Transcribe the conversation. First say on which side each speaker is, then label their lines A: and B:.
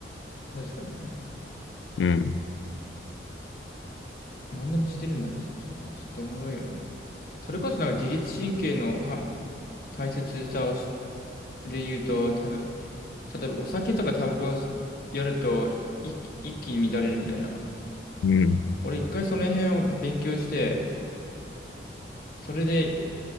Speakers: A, on the left; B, on the left.
A: 確かにね。
B: う。うん。
A: 何でもしてるんだね、その人は。ちょっとおもろいよね。それこそなんか自律神経のは大切さをしで言うと、多分、例えばお酒とかタバコやると一気、一気に乱れるみたいな。
B: うん。
A: 俺一回その辺を勉強して、それで、